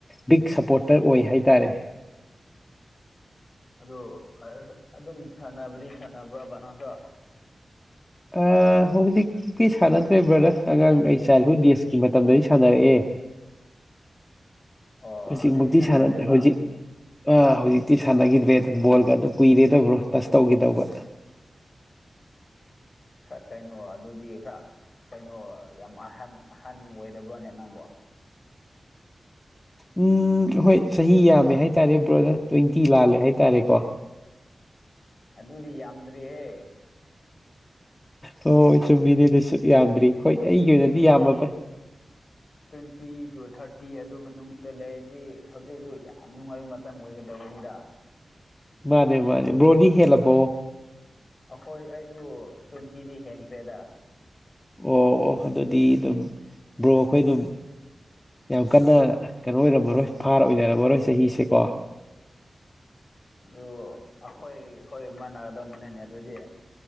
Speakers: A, on the left (about 20°); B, on the left (about 50°).
A: ꯕꯤꯛ ꯁꯞꯄꯣꯔꯇꯔ ꯑꯣꯏ ꯍꯥꯏꯇꯥꯔꯦ
B: ꯑꯗꯨ ꯑꯗꯨꯝ ꯁꯥꯟꯅꯕꯗꯤ ꯁꯥꯟꯅꯕ꯭ꯔ ꯕ ꯅꯪꯁꯨ
A: ꯑ ꯍꯧꯖꯤꯛꯇꯤ ꯁꯥꯟꯅꯗ꯭ꯔꯦ ꯕ꯭ꯔꯗꯔ ꯑꯉꯥꯡ ꯑꯩ ꯆꯥꯏꯜꯍꯨꯗ ꯗꯦꯖꯀꯤ ꯃꯇꯝꯗꯗꯤ ꯁꯥꯟꯅꯔꯛꯑꯦ
B: ꯑꯣ
A: ꯍꯧꯖꯤꯛꯃꯛꯇꯤ
B: ꯍꯧꯖꯤꯛꯇꯤ ꯁꯥꯟꯅꯗ꯭ꯔꯦꯕ
A: ꯁꯥꯟꯅꯗ꯭ꯔꯦ ꯍꯧꯖꯤꯛ ꯑꯥ ꯍꯧꯖꯤꯛꯇꯤ ꯁꯥꯟꯅꯈꯤꯗ꯭ꯔꯦꯗ ꯕꯣꯜꯒꯗꯨ ꯀꯨꯏꯔꯦꯗ ꯕ꯭ꯔꯣ ꯇꯁ ꯇꯧꯒꯤꯗꯕ
B: ꯈꯔ ꯀꯩꯅꯣ ꯑꯗꯨꯗꯤ ꯈ꯭ꯔ ꯀꯩꯅꯣ ꯌꯥꯝ ꯑꯍꯟ ꯑꯍꯟ ꯑꯣꯏꯔꯕ꯭ꯔꯣꯅꯦ ꯅꯪꯕꯣ
A: ꯎꯝ ꯍꯣꯏ ꯆꯍꯤ ꯌꯥꯝꯃꯦ ꯍꯥꯏꯇꯥꯔꯦ ꯕ꯭ꯔꯣꯗꯔ ꯇ꯭ꯋꯦꯟꯇꯤ ꯂꯥꯜꯂꯦ ꯍꯥꯏꯇꯥꯔꯦꯀꯣ
B: ꯑꯗꯨꯗꯤ ꯌꯥꯝꯗ꯭ꯔꯤꯍꯦ
A: ꯍꯣꯏ ꯆꯨꯝꯃꯤꯅꯤ ꯑꯗꯨꯁꯨ ꯌꯥꯝꯗ꯭ꯔꯤ ꯍꯣꯏ
B: ꯇ꯭ꯋꯦꯟꯇꯤ
A: ꯑꯩꯒꯤ ꯑꯣꯏꯅꯗꯤ ꯌꯥꯝꯃꯕ
B: ꯇ꯭ꯋꯦꯟꯇꯤ ꯇꯨ ꯊꯥꯔꯇꯤ ꯑꯗꯨ ꯃꯅꯨꯡꯗ ꯂꯩꯔꯗꯤ ꯍꯧꯖꯤꯛ ꯑꯗꯨ ꯌꯥꯝ ꯅꯨꯡꯉꯥꯏꯕ ꯇꯝ ꯑꯣꯏꯒꯗꯧꯕꯅꯤꯗ
A: ꯃꯥꯅꯦ ꯃꯥꯅꯦ ꯕ꯭ꯔꯣꯗꯤ ꯍꯦꯜꯂꯕꯣ
B: ꯑꯈꯣꯏ ꯑꯩꯁꯨ ꯇ꯭ꯋꯦꯟꯇꯤꯗꯤ ꯍꯦꯟꯈ꯭ꯔꯦꯗ
A: ꯑꯣ ꯑꯣ ꯑꯗꯨꯗꯤ ꯑꯗꯨꯝ ꯕ꯭ꯔꯣ ꯑꯈꯣꯏ ꯑꯗꯨꯝ ꯌꯥꯝ ꯀꯟꯅ ꯀꯩꯅꯣ ꯑꯣꯏꯔꯝꯃꯔꯣꯏ ꯐꯥꯔ ꯑꯣꯏꯅꯔꯝꯃꯔꯣꯏ ꯆꯍꯤꯁꯦ ꯀꯣ
B: ꯑꯗꯨ ꯑꯈꯣꯏ ꯍꯣꯏ ꯃꯥꯟꯅꯒꯗꯧꯕꯃꯥꯂꯦꯅꯦ ꯑꯗꯨꯗꯤ